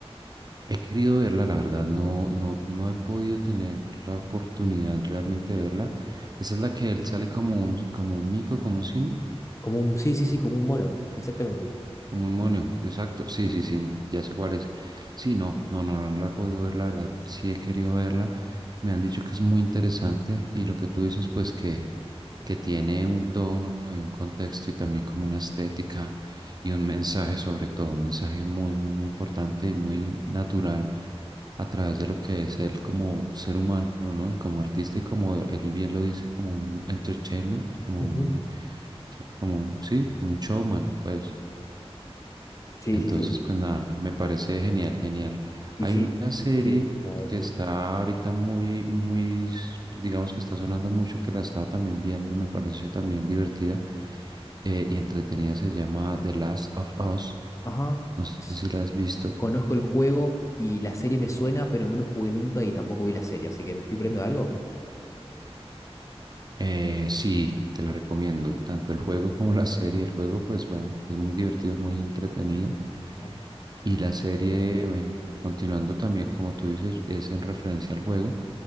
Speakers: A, on the right; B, on the left.
A: He querido verla, la verdad, no, no, no he podido tener la oportunidad realmente de verla. Esa es la que él sale como un, como un mico, como un simio.
B: Como un, sí, sí, sí, como un mono, exactamente.
A: Como un mono, exacto. Sí, sí, sí, ya sé cuál es. Sí, no, no, no, no, no la he podido ver, la verdad. Sí he querido verla. Me han dicho que es muy interesante y lo que tú dices, pues que, que tiene un tono y un contexto y también como una estética y un mensaje sobre todo, un mensaje muy, muy, muy importante y muy natural a través de lo que es él como ser humano, ¿no? Y como artista y como él bien lo dice, como un entertainment, como
B: Ujú.
A: un, eh, o sea, como un, sí, como un showman, pues,
B: Sí,
A: entonces,
B: sí, sí.
A: pues nada, me parece genial, genial.
B: Y
A: Hay
B: sí,
A: una serie
B: sí, nada, decime.
A: que está ahorita muy, muy, s- digamos que está sonando mucho, que la estaba también viendo, me parece también divertida eh, y entretenida, se llama The Last of Us.
B: Ajá.
A: No sé
B: S-
A: si la has visto.
B: Conozco el juego y la serie me suena, pero no lo jugué nunca y tampoco vi la serie, así que me estoy perdiendo de algo.
A: Eh, sí, te la recomiendo, tanto el juego como la serie. El juego, pues bueno, es muy divertido, es muy entretenido.
B: Ajá.
A: Y la serie, bueno, continuando también, como tú dices, es en referencia al juego.